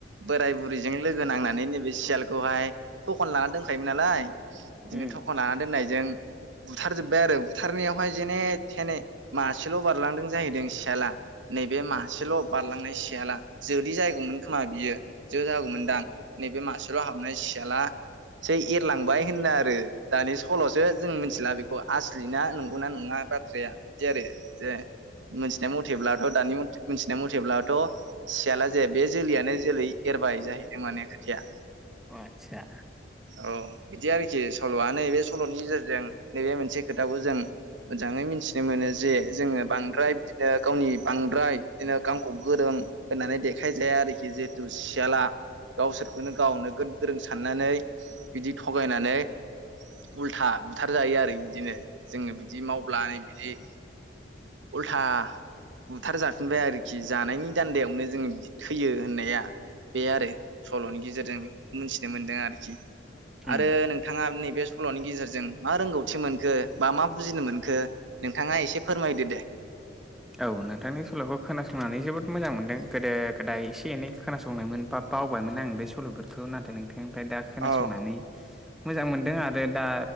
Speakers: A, on the right; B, in the centre.
A: बोराय बुरैजों लोगो नांनानै नैबे सियालखौहाय थखन लाना दोंन खायोमोन नालाय बिदिनो
B: उम
A: थखन लाना दोननायजों बुथारजोबबाय आरो बुथारनायावहाय जेने थेने मासेल' बारलांदों जाहैदों सियाला नैबे मासेल' बारलांनाय सियाला जोलि जायैगौमोन खोमा बियो जो जागौमोनदां नैबे मासेल' हाबनाय सियाला सै एरलांबाय होनना आरो दानि सल'सो जों मिथिला बेखौ आसलि ना नंगौना नङा बाथ्राया इदि आरो जे मिथिनाय मथेब्लाथ' दानि मिथिनाय मथेब्लाथ' सियाला जे बे जोलैयानो जोलै एरबाय जाहैदों माने खोथाया
B: आदसा
A: औ बिदि आरोखि सल'आ नैबे सल'नि गेजेरजों नैबे मोनसे खोथाखौ जों मोजांयै मिथिनो मोनो जे जोङो बांद्राय बिदिनो गावनि बांद्राय बिदिनो गावखौ गोरों होननानै देखायजाया आरोखि जिहेथु सियाला गावसोरखौनो गाव नोगोद गोरों साननानै बिदि थगायनानै उलथा बुथार जायो आरो इदिनो जोङो बिदि मावब्लानो बिदि उल्था बुथार जाफिनबाय आरोखि जानायनि दान्दायावनो जों बिदि थैयो होननाया बे आरो सल'नि गेजेरजों बेफोरखौ मोथिनो मोनदों आरोखि
B: उम
A: आरो नोंथाङा नैबे सल'नि गेजेरजों मा रोंगौथि मोनखो बा मा बुजिनो मोनखो नोंथाङा एसे फोरमायदो दे
B: औ नोंथांनि सल'खौ खोनासंनानै जोबोद मोजां मोनदों गोदो गोदाय एसे एनै खोनासंनायमोन बा बावबायमोन आं बे सल'फोरखौ नाथाय नोंथांनिफ्राय दा खोनासंनानै
A: औ
B: मोजां मोनदों आरो दा